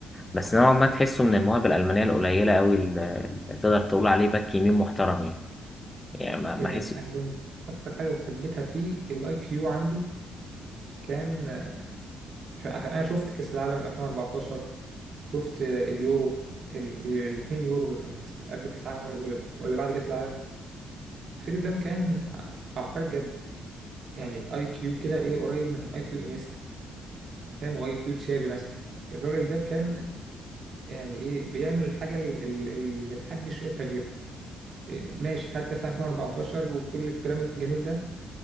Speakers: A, on the left; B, on the right.
A: بس نوعا ما تحسه من المواهب الألمانية القليلة أوي اللي اللي تقدر تقول عليه باك يمين محترم يعني يعني ما ما
B: آه،
A: أحس
B: يعني كنت اكتر حاجه حبيتها فيه الاي كيو عنده كان عشان انا شفت كاس العالم 2014 شفت اليورو الاثنين يورو اللي كانوا في س- قبل كاس العالم ولا ولا بعد كاس العالم فيليب لام كان ع- عبقري بجد يعني اي كيو كده ايه قريب من اي كيو انيستا فاهم واي كيو تشافي مثلا الراجل ده كان يعني ايه بيعمل الحاجه ال- ال- اللي محدش شايفها غيره إيه، ماشي خد كاس العالم 2014 وكل الكلام الجميل ده